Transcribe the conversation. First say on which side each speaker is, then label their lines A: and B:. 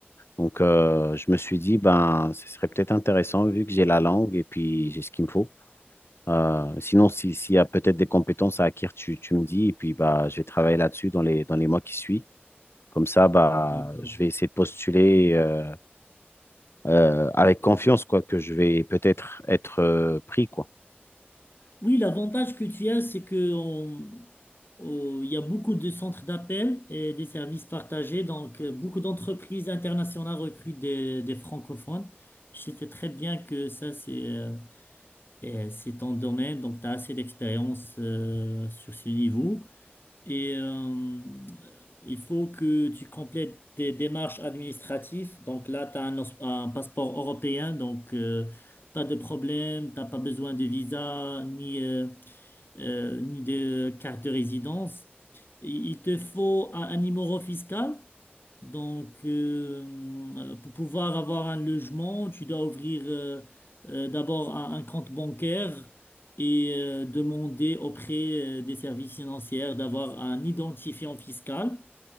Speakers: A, on the left (about 80°); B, on the left (about 60°).
A: Donc, euh, je me suis dit, ben, ce serait peut-être intéressant vu que j'ai la langue et puis j'ai ce qu'il me faut. Euh, sinon, si- s'il y a peut-être des compétences à acquérir, tu, tu me dis, et puis bah, je vais travailler là-dessus dans les, dans les mois qui suivent. Comme ça, bah,
B: D'accord.
A: je vais essayer de postuler euh, euh, avec confiance, quoi, que je vais peut-être être, euh, pris, quoi.
B: Oui, l'avantage que tu as, c'est que on- on- il y a beaucoup de centres d'appel et des services partagés. Donc, euh, beaucoup d'entreprises internationales recrutent des, des francophones. Je sais très bien que ça, c'est euh, eh, c'est ton domaine, donc tu as assez d'expérience euh, sur ce niveau. Et euh, il faut que tu complètes des démarches administratives. Donc là, tu as un, os- un passeport européen, donc euh, pas de problème, t'as pas besoin de visa, ni, euh, euh, ni de carte de résidence. Il il te faut un, un numéro fiscal. Donc, euh, euh, pour pouvoir avoir un logement, tu dois ouvrir euh, euh, d'abord un, un compte bancaire et euh, demander auprès euh, des services financiers d'avoir un identifiant fiscal.